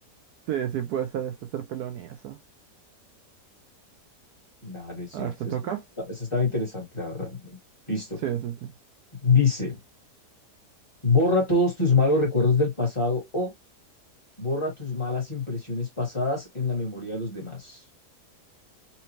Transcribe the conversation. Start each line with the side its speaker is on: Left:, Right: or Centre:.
Right: sí, sí, puede ser este ser pelón y eso.
Left: Dale, sí,
Right: A ver,
Left: eso
Right: ¿te toca?
Left: est- está- eso estaba interesante, la verdad. Listo.
Right: Sí, sí, sí.
Left: Dice, borra todos tus malos recuerdos del pasado o Borra tus malas impresiones pasadas en la memoria de los demás.